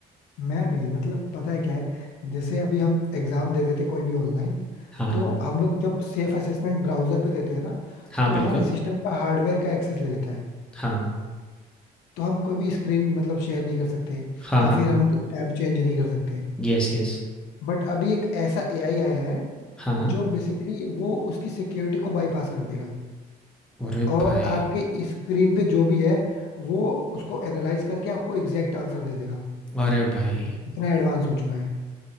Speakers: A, on the left; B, in the centre.
A: मैं भी मतलब पता है क्या है जैसे अभी हम एग्जाम देते थे कोई भी ऑनलाइन
B: हाँ,
A: तो हम लोग जब सेफ असेसमेंट ब्राउजर पे देते हैं ना
B: हाँ,
A: तो
B: बिल्कुल।
A: हमारे सिस्टम का हार्डवेयर का एक्सेस ले लेता है
B: हाँ,
A: तो हम कोई भी स्क्रीन मतलब शेयर नहीं कर सकते
B: हाँ,
A: या
B: हाँ।
A: फिर हम टैब चेंज नहीं कर सकते
B: Yes, yes.
A: बट अभी एक ऐसा एआई आया है
B: हाँ।
A: जो बेसिकली वो उसकी सिक्योरिटी को बाईपास कर देगा
B: अरे
A: और
B: भाई!
A: आपके स्क्रीन पे जो भी है वो उसको एनालाइज करके आपको एग्जैक्ट आंसर दे देगा
B: अरे भाई!
A: इतना एडवांस हो चुका है